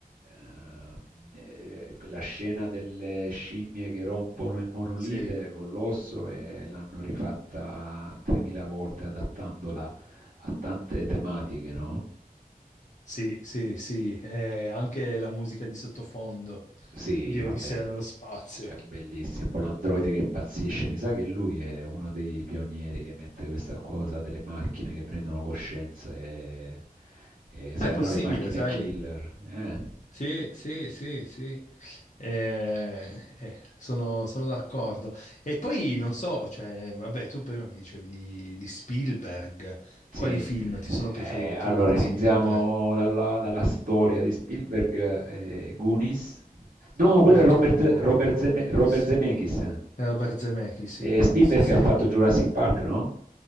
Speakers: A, on the right (about 65°); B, on the left (about 50°).
A: Ehm, eh, la scena delle scimmie che rompono il monolite
B: Sì,
A: con l'osso e l'hanno rifatta 3000 volte adattandola a tante tematiche, no?
B: sì, sì, sì, e anche la musica di sottofondo
A: Sì,
B: di
A: vabbè,
B: Odissea nello spazio.
A: è bellissimo. Poi l'androide che impazzisce, mi sa che lui è uno dei pionieri che mette questa cosa delle macchine che prendono coscienza e, e sai,
B: Ah, è possibile,
A: no, le macchine
B: sai?
A: killer, eh?
B: Sì, sì, sì, sì. Eh, eh, sono, sono d'accordo. E poi non so, cioè, vabbè, tu prima mi dicevi di, di Spielberg.
A: Sì,
B: Quali film ti sono
A: ehm,
B: piaciuti di più
A: allora
B: di
A: iniziamo
B: Spielberg?
A: dalla dalla storia di Spielberg, ehm, Goonies. No, quello
B: I
A: è Robert
B: Goonies.
A: Robert Zeme Robert Zemeckis.
B: Robert Zemeckis,
A: Ehm,
B: i Goonies,
A: Spielberg
B: sì.
A: ha fatto Jurassic Park, no?